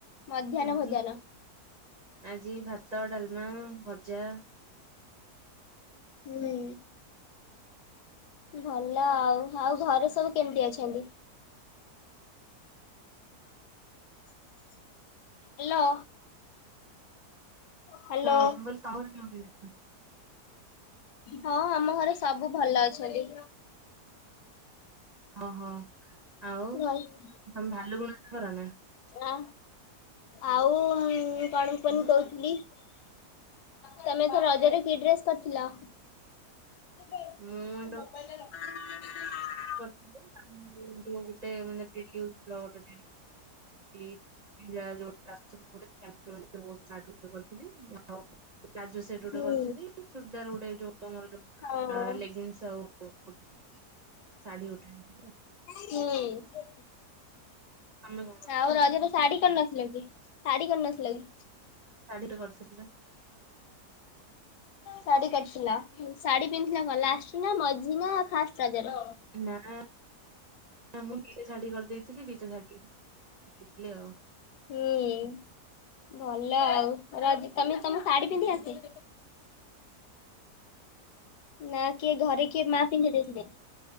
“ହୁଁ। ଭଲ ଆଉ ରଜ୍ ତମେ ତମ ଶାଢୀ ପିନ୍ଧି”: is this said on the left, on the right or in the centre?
Left